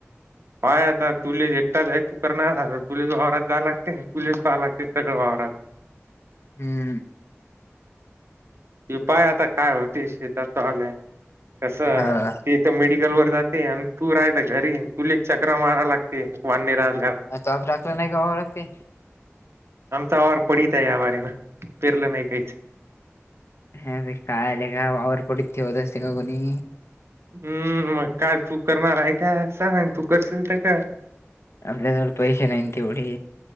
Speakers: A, on the right (about 60°); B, on the left (about 60°).
A: पाय आता तुला स एकटाच आहे तू करणार तुलाच वावरात जा लागते तुलास पाहाव लागतय सगळं वावरात <inaudible>
B: हं
A: की पाहाव आता काय होते? शेतात पाल्या कस त
B: हा
A: इथ मेडिकल वर जात. आणि तू राहायला घरी तुलाच चक्र माराव्या लागतात वान्यरात
B: अ फार टाकला नाही का वावरात काही?
A: आमचा वावर पडीक आहे. वावरी ना पेरलं नाही काहीच
B: हा भाई काय लेका वावर पडित ते होत असते का कोणी?
A: हं मग काय तू करणार आहे का? सांग तू करशील तर कर
B: आपल्याजवळ पैसे नाही ना तेवढे